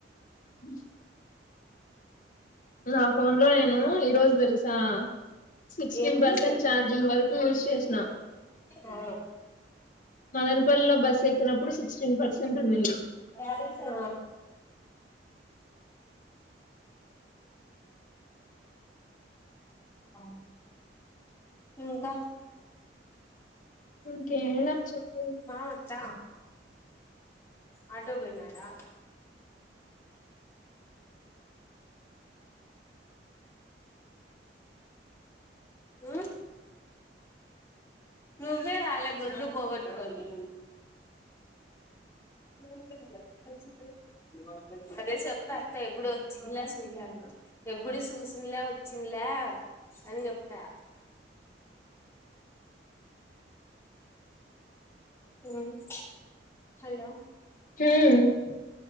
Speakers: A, on the left; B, on the left.
A: బ నా ఫోన్ లో నేను ఈ రోజు తెలుసా సిక్స్టీన్
B: ఏంది
A: పర్సెంట్ చార్జింగ్ వరకు యూజ్ చేసిన
B: ఆ
A: మదనపల్లిలో బస్ ఎక్కినప్పుడు సిక్స్టీన్ పర్సెంట్ ఉండింది
B: ఆ <inaudible> ఆ ఊ ఇంకా
A: ఇంకేం లే చెప్పు
B: మామ అత్త ఆటోకి పోయినాడా ఆ నువ్వే రా అలా గొంతు పోగొట్టుకొని నువ్వేనా అన్నిటికి సిద్ధం సరే చెప్తా ఎప్పుడు వచ్చింది అసలు ఇల్లంతా ఎప్పుడు చూసిందిలే వచ్చిందిలే ఆ సరే చెప్తా మ్మ్ హలో
A: మ్మ్ హ్